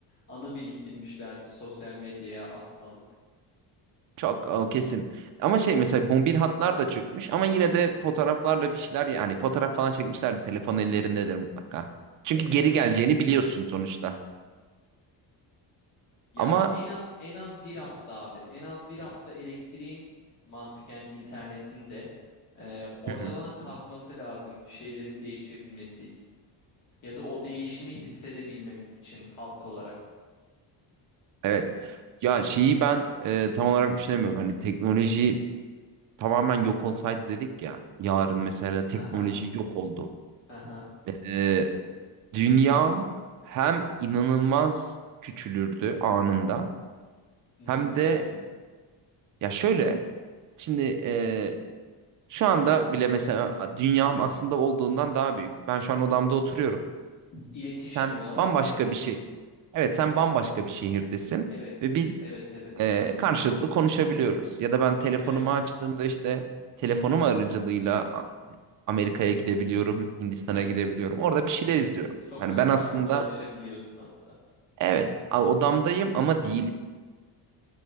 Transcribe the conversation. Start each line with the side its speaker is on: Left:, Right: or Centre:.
Left: anı biriktirmişlerdir sosyal medyaya atmalık.
Right: çok o kesin. Ama şey mesela mobil hatlar da çıkmış ama yine de fotoğraflarla bir şeyler yani fotoğraf falan çekmişler telefon ellerindedir mutlaka. Çünkü
Left: Tabii tabii
Right: geri geleceğini
Left: kesinlikle.
Right: biliyorsun sonuçta.
Left: Yani
Right: Ama
Left: en az en az bir hafta abi. En az bir hafta elektriğin mantıken internetinde e, oradan
Right: Hı hı.
Left: kalkması lazım bir şeylerin değişebilmesi için. Ya da o değişimi hissedebilmemiz için halk olarak.
Right: evet. Ya şeyi ben e, tam olarak düşünemiyorum. Hani teknoloji tamamen yok olsaydı dedik ya. Yarın mesela teknoloji
Left: Aha,
Right: yok oldu.
Left: aha.
Right: E, Dünyam hem inanılmaz küçülürdü anında
Left: Nasıl
Right: hem de
Left: yani?
Right: ya şöyle şimdi e, şu anda bile mesela dünyam aslında olduğundan daha büyük. Ben şu an odamda oturuyorum.
Left: İletişim
Right: Sen
Left: olarak
Right: bambaşka
Left: evet,
Right: bir şey. Evet sen bambaşka bir şehirdesin
Left: evet,
Right: ve biz
Left: evet, evet,
Right: e, karşılıklı konuşabiliyoruz. Ya da ben telefonumu
Left: evet,
Right: açtığımda işte telefonum aracılığıyla A- Amerika'ya gidebiliyorum, Hindistan'a
Left: evet,
Right: gidebiliyorum. Orada bir şeyler
Left: evet.
Right: izliyorum.
Left: Sokak
Right: Yani ben
Left: sokak
Right: aslında
Left: dolaşabiliyorsun hatta.
Right: Evet, a- odamdayım ama değilim.